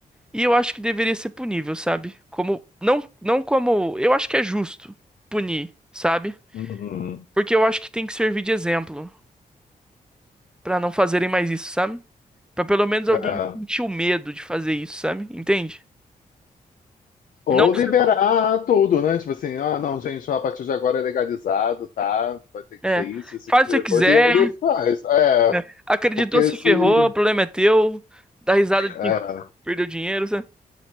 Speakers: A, in the centre; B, on the left (about 65°).
A: E eu acho que deveria ser punível, sabe? Como não não como, eu acho que é justo punir, sabe?
B: Uhum.
A: Porque eu acho que tem que servir de exemplo pra não fazerem mais isso, sabe? Pra pelo menos alguém
B: É.
A: sentir o medo de fazer isso, sabe? Entende?
B: Ou
A: Não precisa-
B: liberar tudo, né? Tipo assim, ah, não, gente, a partir de agora é legalizado, tá? Vai ter que
A: é,
B: ter isso, isso,
A: faz
B: aquilo,
A: o que você quiser,
B: coisa. E aí faz. É,
A: né? Acreditou,
B: porque
A: se
B: se.
A: ferrou, o problema é teu, dá risada de quem
B: é,
A: perdeu dinheiro, sabe?